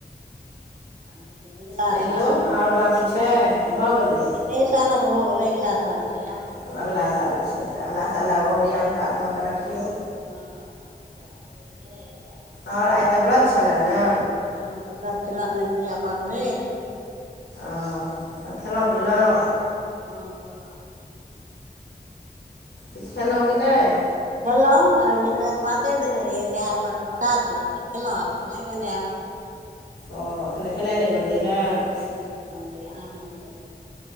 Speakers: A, on the right (about 50°); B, on the left (about 75°).
A: आब हेतै अगिला
B: तै
A: साल
B: ओर बाँकी छै की भऽ गेलै
A: एहिइ सालक भ गेलै अगिला साल छ आ
B: हमब अगिला साल छियै तऽ अगिला साल अरियान पात कऽ कऽ रखियौ
A: हँ अच्छा छै बात
B: ओर आइ तऽ व्रत छलए ने
A: हँ एहिरतखने पूजा पाठ भेल
B: ओ खेलहुँ पिलहुँ
A: हँ खेलहुँ
B: पट खा लौ कि नहि
A: खेलहुँं पातरि देने रहियै वएह पास प्रसाद छल से खेलहुँ आब खेनाइ बनायब
B: ओ एखन तऽ खेनाइ नहि बनलै हे ओ
A: ह बन्द आ बन्दै